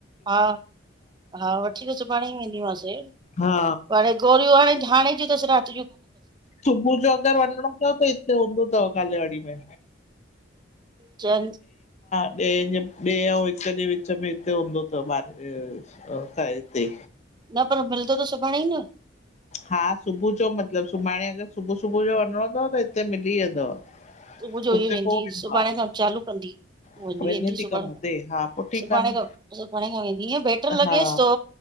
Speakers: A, on the right; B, on the left.
A: हा। हा वठी करे सुभाणे ई वेंदीमासि,
B: हा
A: हाणे गोरियूं हाणे हाणे जूं असि रात।
B: सुबुह जो अगरि वञणो अथव त हिते हूंदो अथव कालिवाड़ी में।
A: चंद।
B: ॿि जे विच में हिते हूंदो तव हिते।
A: न पर मिलंदो त सुभाणे ई न।
B: हा सुबुह जो मतलबु सुभाणे अगरि सुबुह सुबुह जो वञिणो अथव त हिते मिली वेंदव।
A: सुबुह जो
B: हुते
A: ई वेंदी
B: पोइ वेंदो
A: सुभाणे खां चालू कंदी। वञी
B: आहे
A: वेंदी
B: वञे थी
A: सुभाणे
B: कम ते हा पोइ ठीकु
A: सुभाणे
B: आहे न
A: खां सुभाणे खां वेंदी इअ बेटर लॻेसि
B: हा
A: सो।